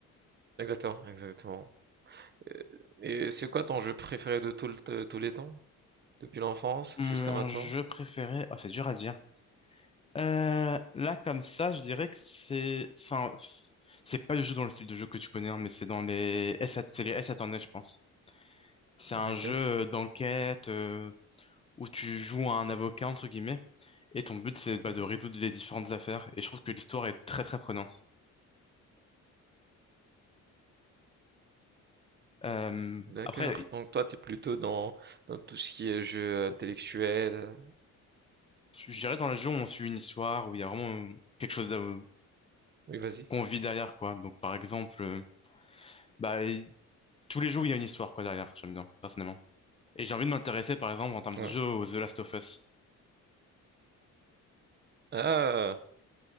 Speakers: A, on the right; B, on the left.
A: Exactement, exactement. Euh, Et c'est quoi ton jeu préféré de tout le t- tous les temps? Depuis l'enfance
B: Mon
A: jusqu'à maintenant?
B: jeu préféré, ah c'est dur à dire. Euh, là, comme ça, je dirais que c'est c'est un- c'est pas du tout dans le style de jeu que tu connais, hein, mais c'est dans les S, A T, c'est les S A à tourner, je pense. C'est un
A: D'accord.
B: jeu d'enquête. euh, où tu joues à un avocat, entre guillemets, et ton but, c'est
A: Mhm.
B: bah, de résoudre les différentes affaires. Et je trouve que l'histoire est très, très prenante. Euh,
A: D'accord.
B: après,
A: Donc toi, t'es plutôt dans, dans tout ce qui est jeu intellectuel.
B: je dirais dans le jeu, on suit une histoire où il y a vraiment euh, quelque chose de-
A: Oui, vas-y.
B: qu'on vit derrière, quoi. Donc, par exemple, euh, bah, il- tous les jours, il y a une histoire, quoi, derrière. J'aime bien, personnellement. Et j'ai envie de m'intéresser, par exemple, en termes
A: Ouais.
B: de jeu, aux The Last of Us.
A: Ah,